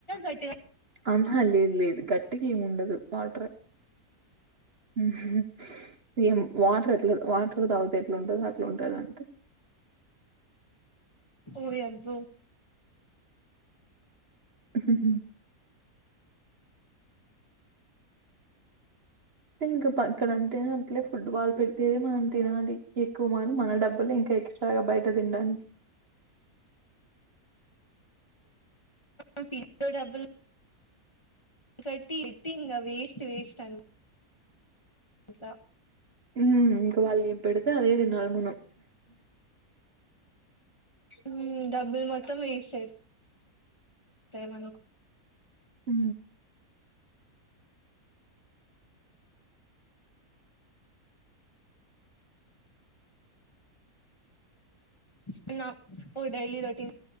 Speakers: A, on the left (about 20°); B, on the right (about 45°).
A: గట్టిగా
B: అంహా లేదు లేదు గట్టిగా ఏమి ఉండదు వాటర్ <inaudible> వాటర్ అట్ ట్ వాటర్ తాగుతే ఎట్లా ఉంటది అట్లా ఉంటది అంతే
A: ఓయాబ్బో
B: హా హా టింక్ పా అక్కడంతే అట్లే ఫుడ్ వాల్ పెట్టేది మనం తినాలి ఎక్కువ మనం మన డబ్బులు ఇంకా ఎక్స్ట్రాగా బయట తిినడానికి
A: <inaudible> డబ్బులు ఫిఫ్టీ ఫిఫ్టీ ఇంగ వేస్ట్ వేస్ట్ అను కుంటా
B: ఉమ్ ఇంకా వాళ్ళు ఏమి పెడితే అదే తినాలి మనం
A: ఉమ్ డబ్బులు మొత్తం వేస్ట్ అయి తాయ్ మనకు
B: ఉ
A: వస్తున్నావు ఓ డైలీ రోటీన్